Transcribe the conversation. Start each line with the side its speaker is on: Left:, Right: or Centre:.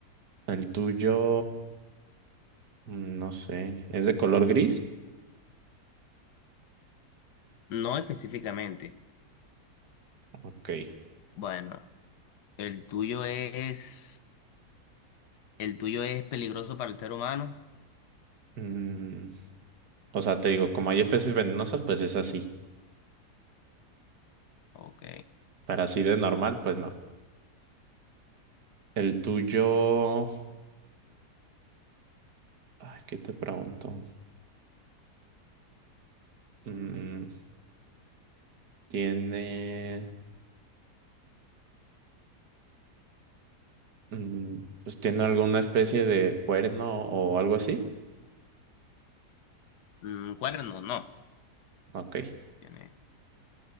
Right: El tuyo, mm, no sé, ¿es de color gris?
Left: No específicamente.
Right: Ok.
Left: Bueno, ¿el tuyo es, el tuyo es peligroso para el ser humano?
Right: Mm, o sea, te digo, como hay especies venenosas, pues es así.
Left: Ok.
Right: Para así de normal, pues no. El tuyo, ay, ¿qué te pregunto? Mm, tiene, mm, pues tiene alguna especie de cuerno o algo así.
Left: Mm, cuerno, no.
Right: Ok.
Left: Tiene.